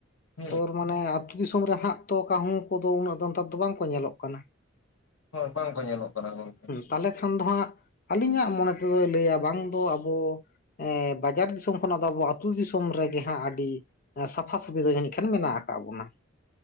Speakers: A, on the left; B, on the left.
A: ᱦᱩᱸ
B: ᱛᱚᱨ ᱢᱟᱱᱮ ᱟᱛᱩ ᱫᱤᱥᱚᱢ ᱨᱮ ᱦᱟᱸᱜ ᱛᱚ ᱠᱟᱦᱩᱸ ᱠᱚᱫᱚ, ᱩᱱᱟᱹᱜ ᱫᱚ ᱛᱟᱸᱨ ᱫᱚ ᱵᱟᱝᱠᱚ ᱧᱮᱞᱚᱜ ᱠᱟᱱᱟ!
A: ᱦᱳᱭ, ᱵᱟᱝᱠᱚ ᱧᱮᱞᱚᱜ ᱠᱟᱱᱟ, ᱜᱚᱝᱠᱮ᱾
B: ᱛᱟᱞᱮ ᱠᱷᱟᱱ ᱫᱚ ᱦᱟᱸᱜ ᱟᱹᱞᱤᱧᱟᱜ ᱢᱚᱱᱮ ᱛᱮ ᱫᱚᱭ ᱞᱟᱹᱭᱟ ᱵᱟᱝ ᱫᱚ ᱟᱵᱚ ᱮᱸ ᱵᱟᱡᱟᱨ ᱫᱤᱥᱚᱢ ᱠᱷᱚᱱᱟᱜ ᱫᱚ ᱟᱵᱚ ᱟᱛᱩ ᱫᱤᱥᱚᱢ ᱨᱮᱜᱮ ᱦᱟᱸᱜ ᱟᱰᱤ ᱮᱸ ᱥᱟᱯᱷᱟ-ᱥᱟᱯᱷᱤ ᱫᱚ ᱡᱟᱹᱱᱤᱡ ᱠᱷᱟᱱ ᱢᱮᱱᱟᱜ ᱟᱠᱟᱜ ᱵᱚᱱᱟ!